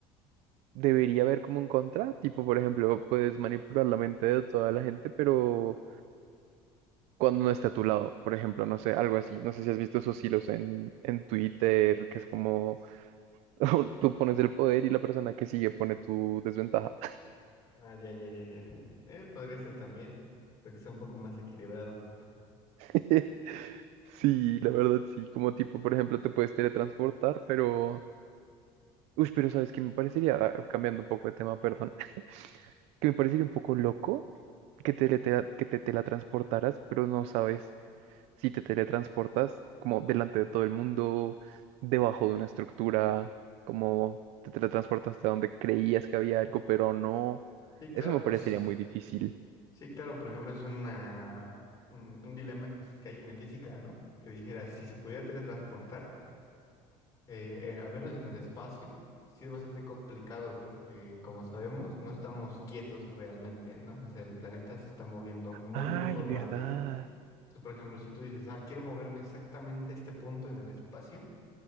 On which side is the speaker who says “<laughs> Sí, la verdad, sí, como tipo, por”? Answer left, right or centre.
Right